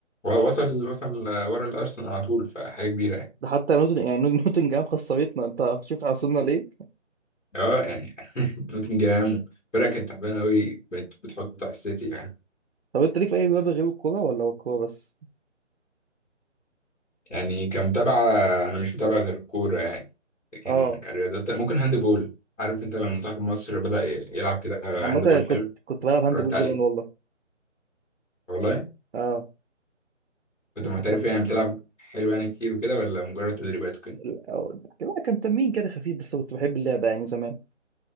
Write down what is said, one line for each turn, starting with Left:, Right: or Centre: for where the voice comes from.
Left: هو وصل وصل آه، ورا الأرسنال على طول فحاجة كبيرة يعني.
Right: ده حتى نوتن يعني نو- نوتنجهام خسرتنا انت شوف وصلنا ليه
Left: اه يعني <laughs> نوتنجهام فرقة كانت تعبانة أوي بقت بتحط على السيتي يعني
Right: طب انت ليك في اي رياضه غير الكوره ولا هو الكوره بس
Left: يعني كمتابعة أنا مش متابع غير الكورة يعني لكن
Right: اه
Left: كرياضات ممكن هاند بول عارف أنت لما منتخب مصر بدأ ي- يلعب كده
Right: عامه
Left: هاند بول
Right: أنا كنت
Left: حلو
Right: كنت بلعب
Left: اتفرجت
Right: هاند بول
Left: عليه
Right: زمان والله
Left: والله
Right: اه
Left: كنت
Right: بس
Left: محترف
Right: كان
Left: يعني بتلعب حلو يعني كتير وكده ولا مجرد تدريبات وكده
Right: الأول- لا كان تمرين كده خفيف بس كنت بحب اللعبه يعني زمان